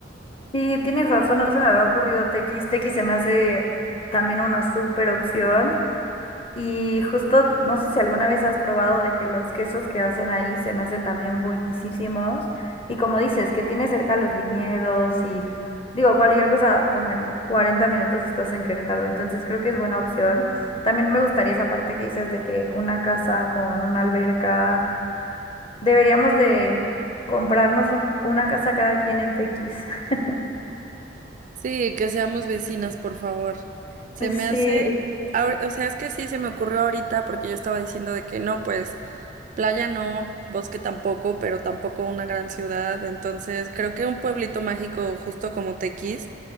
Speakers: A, on the left; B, on the right.
A: Sí, tienes razón, no se me había ocurrido TX. TX se me hace también una súper opción. Y justo, no sé si alguna vez has probado de que los quesos que hacen ahí se me hacen también buenísimos. Y como dices, que tiene cerca los viñedos y digo, cualquier cosa, como en 40 minutos estás en Querétaro. Entonces creo que es buena opción. También me gustaría esa parte que dices de que una casa con una alberca. Deberíamos de comprarnos un- una casa cada quien en Tequis. <laughs>
B: Sí, que seamos vecinas, por favor. Se me
A: Sí,
B: hace, ahor- o sea, es que sí, se me ocurrió ahorita porque yo estaba diciendo de que no, pues playa no, bosque tampoco, pero tampoco una gran ciudad. Entonces creo que un pueblito mágico justo como Tequis